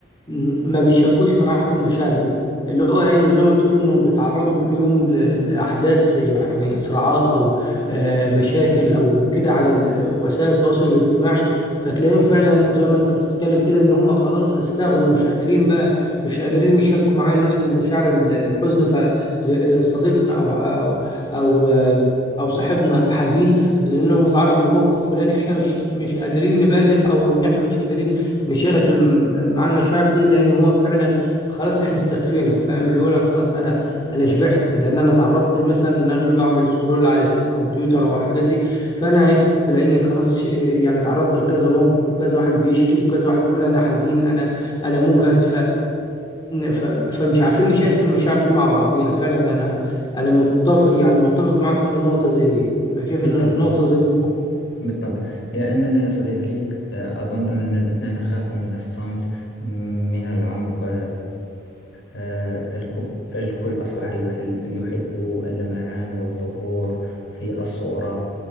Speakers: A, on the left; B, on the left.
A: م- ما بيشاركوش معاك المشاعر دي اللي هو ايه زي ما تقول انهم بيتعرضوا كل يوم ل- لاحداث يعني صراعات او آه، مشاكل او كده على ال- وسائل التواصل الاجتماعي فتلاقيهم فعلا زي ما انت بتتكلم كده ان هم خلاص استغنوا مش قادرين بقى مش قادرين يشاركوا معايا نفس المشاعر ال- الحزن ز- صديقنا او او او آه، او صاحبنا حزين لانه متعرض لموقف فلاني احنا مش مش قادرين نبادر او ان احنا مش قادرين نشارك الم- مع المشاعر دي لان هو فعلا خلاص احنا استكفينا فاهم اللي هو أنا خلاص انا انا شبعت لان انا اتعرضت مثلا ان انا بعمل سكرول على فيس او تويتر او الحاجات دي فانا ايه تلاقيني خلاص إيه، يعني اتعرضت لكذا موقف وكذا واحد بيشكي وكذا واحد بيقول انا حزين انا انا مجهد ف- فمش عارفين نشارك المشاعر دي مع بعضينا فعلا انا انا متفق يعني متفق معاك في نقطة زي دي انا شايف
B: بالطبع
A: ان النقطة زي دي صح
B: بالطبع لأننا يا صديقي آه، أظن أننا بتنا نخاف من الصمت م- من العمق فالكل أصبح يحل- يحب اللمعان والظهور في الصورة